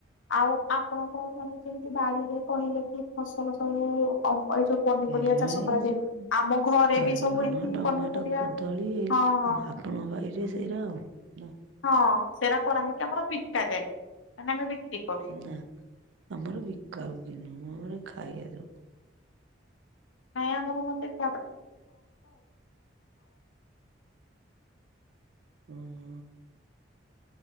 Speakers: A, on the left (about 85°); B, on the right (about 75°).
A: ଆଉ ଆପଣଙ୍କ ମାନେ ଯେମ୍ତି ବାଡିରେ କହିଲେ କି ଫସଲ ସବୁ <unintelligible> ଏଇ ଯୋଉ ପନିପରିବା
B: ଏ
A: ଚାଷ
B: ଏଇ
A: କରାଯାଏ,
B: ଯୋଉ
A: ଆମ ଘରେ
B: ବାଇଗଣ
A: ବି ସବୁ ଏମ୍ତି
B: ଟମାଟୋ
A: ପନିପରିବା
B: କଦଳୀ ଏଇରା
A: ହଁ-ହଁ।
B: ଆଉ। ଆପଣଙ୍କ ବାରିରେ ସେଇରା ଆଉ ନା?
A: ହଁ ସେରା କରା ହେଇକି ଆମର ବିକା ଯାଏ, ମାନେ ଆମେ ବିକ୍ରି କରୁ।
B: ନା ଆମର ବିକା ବିକି ନୁହଁ, ଆମର ଖାଇବା <unintelligible>
A: ନାଇଁ ଆମର ମତେ <inaudible>
B: <inaudible>